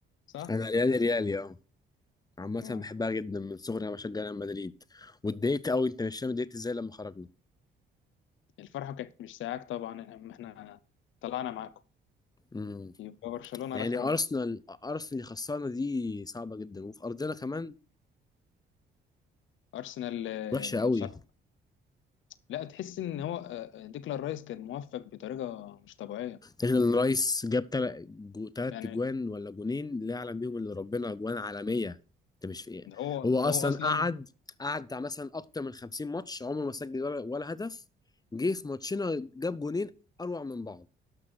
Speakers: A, on the left (about 75°); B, on the left (about 20°).
A: صح
B: انا ريالي ريالي اه عامة
A: اه
B: بحبها جدا من صغري انا بشجع ريال مدريد واتضايقت قوي انت مش فاهم اتضايقت ازاي لما خرجنا
A: الفرحه كانت مش ساعاك طبعا اما احنا طلعنا معاكم
B: امم
A: يبقى برشلونه
B: يعني
A: رخره
B: ارسنال ارسنال اللي خسرنا دي صعبة جدا وفي ارضنا كمان
A: ارسنال آه،
B: وحشة قوي
A: بصراحه لا تحس ان هو آه، آه، ديكلان رايس كان موفق بطريقه مش طبيعيه
B: الرايس جاب تل- جو- تلات
A: يعني
B: اجوان ولا جونين لا يعلم بيهم الا ربنا اجوان عالميه انت مش في ايه
A: ده هو
B: هو اصلا
A: ده هو اصلا
B: قعد قعد بتاع مثلا اكتر من 50 ماتش عمره ما سجل ولا, ولا هدف جه في ماتشنا جاب جونين اروع من بعض